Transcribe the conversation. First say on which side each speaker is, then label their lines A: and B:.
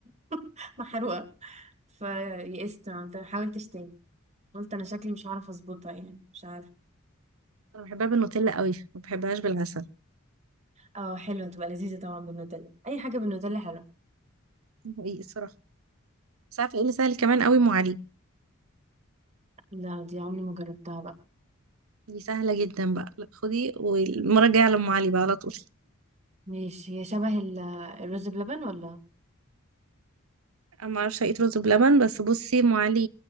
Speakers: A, on the right (about 35°); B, on the right (about 75°).
A: <laughs> محروقه فيئست عملتها حاولتش تاني قلت انا شكلي مش هعرف اظبطها يعني مش عارفه
B: أنا بحبها بالنوتيلا قوي ما بحبهاش بالعسل
A: اه حلوه تبقى لذيذه طبعا بالنوتيلا اي حاجه بالنوتيلا حلوه
B: ده حقيقي الصراحة بس عارفة ايه اللي سهل كمان قوي أم علي
A: لا دي عمري ما جربتها بقى
B: دي سهلة جدا بقى لا خدي والمرة الجاية على أم علي بقى على طول
A: ماشي هي شبه ال- الرز بلبن ولا
B: أنا معرفش أقيت رز بلبن بس بصي أم علي